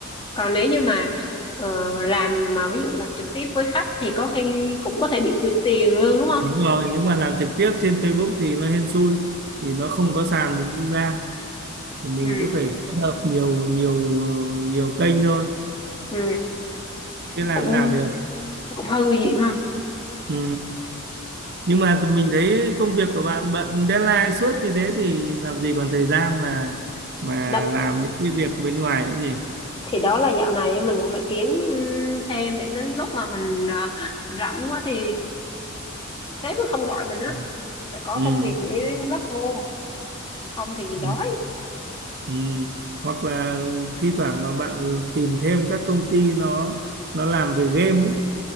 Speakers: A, on the left (about 25°); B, on the right (about 50°).
A: còn nếu như mà ờ, làm mà ví dụ làm trực tiếp với khách thì có khi cũng có thể bị quỵt tiền lương đúng không
B: Đúng rồi, nếu mà làm trực tiếp trên Facebook thì nó hên xui vì nó không
A: Ờ,
B: có sàn đứng trung gian. thì mình
A: ừ
B: cứ phải kết hợp nhiều nhiều nhiều kênh thôi
A: ừ
B: biết
A: nó
B: làm
A: cũng
B: nào được
A: cũng hơi nguy hiểm ha
B: ừ. nhưng mà tụi mình thấy công việc của bạn bận deadline suốt như thế thì làm gì còn thời gian mà mà
A: đó
B: làm những cái việc bên ngoài nữa nhỉ
A: thì đó là dạo này mình cũng phải kiếm ừ, thêm để đến lúc mà mình à, rảnh quá thì sếp nó không gọi mình á
B: ừ.
A: thì phải có
B: Ừ.
A: công việc để lắp vô không thì gì
B: Ừ.
A: đói
B: Ừ. hoặc là thi thoảng mà bạn tìm thêm các công ty nó nó làm về game ấy